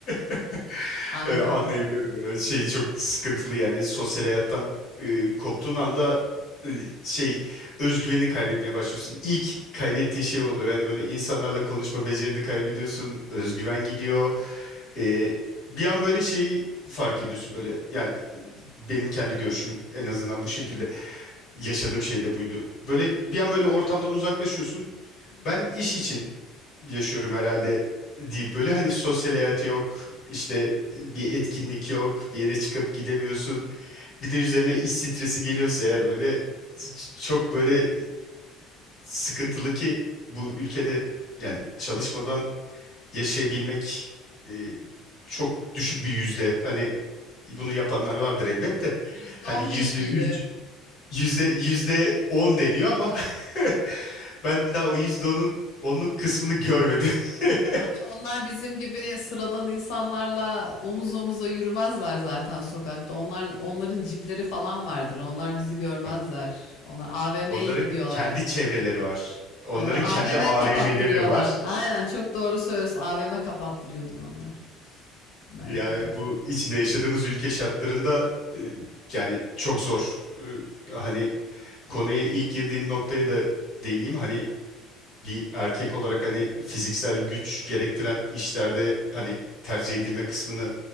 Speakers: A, on the left; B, on the left.
A: <laughs>
B: Aynen.
A: Ee, Anlayabiliyorum ya. Şey çok sıkıntılı yani sosyal hayattan e, koptuğun anda e, şey özgüvenini kaybetmeye başlıyorsun. İlk kaybettiğin şey oluyor. Yani böyle insanlarla konuşma becerini kaybediyorsun. Özgüven gidiyor. Ee, bir an böyle şeyi fark ediyorsun böyle yani e, benim kendi görüşüm en
B: Hı hı,
A: azından bu şekilde. yaşadığım şey de buydu. Böyle bir an böyle ortamdan uzaklaşıyorsun.
B: hı hı,
A: Ben iş için yaşıyorum herhalde deyip böyle hani sosyal hayatı yok, işte e, bir etkinlik yok, bir yere çıkıp gidemiyorsun. Bir de üzerine iş stresi geliyorsa eğer böyle ç-
B: hı.
A: çok böyle e, sıkıntılı ki bu ülkede yani çalışmadan yaşayabilmek e, çok düşük bir yüzde. Hani bunu yapanlar vardır elbette.
B: %15
A: Hani yüzde
B: miydi?
A: üç Yüzde yüzde on deniyor ama <laughs> ben daha o yüzde onun onluk kısmını görmedim. <laughs>
B: Abi onlar bizim gibi sıradan insanlarla omuz omuza yürümezler zaten sokakta. Onlar onların cipleri falan vardır. Onlar bizi görmezler.
A: Tabii ki de.
B: Onlar AVM'ye
A: Onların
B: gidiyorlardır.
A: kendi çevreleri var. Onların
B: Aha,
A: kendi
B: AVM
A: AVM'leri
B: kapattırıyorlar.
A: var.
B: Aynen çok doğru söylüyorsun. AVM kapattırıyordur onlar. Bence
A: Yani
B: de yani.
A: bu içinde yaşadığımız ülke şartlarında e, yani çok zor. E, Hani konuya ilk girdiğin noktaya da değineyim. Hani bir erkek olarak hani fiziksel güç gerektiren işlerde hani tercih edilme kısmını